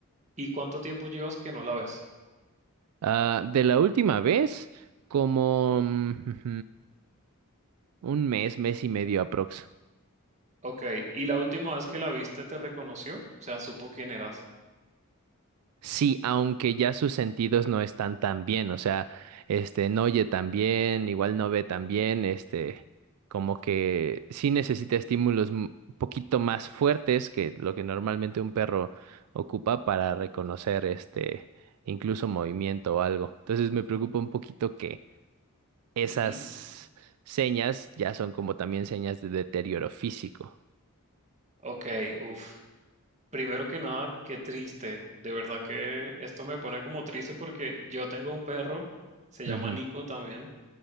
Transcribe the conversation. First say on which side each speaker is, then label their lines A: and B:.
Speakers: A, on the right (about 30°); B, on the right (about 80°).
A: ¿Y cuánto tiempo llevas que no la ves?
B: Ah, de la última vez, como mm, <laughs> un mes, mes y medio aprox.
A: Ok, ¿y la última vez que la viste te reconoció? O sea, supo quién eras.
B: Sí, aunque ya sus sentidos no están tan bien, o sea, este, no oye tan bien, igual no ve tan bien, este, como que sí necesita estímulos m- un poquito más fuertes que lo que normalmente un perro ocupa para reconocer, este, incluso movimiento o algo. Entonces me preocupa un poquito que esas
A: Ujú,
B: señas ya son como también señas de deterioro físico.
A: Ok, uf. Primero que nada, qué triste. De verdad que esto me pone como triste porque yo tengo un perro, se llama
B: Ujú,
A: Nico también.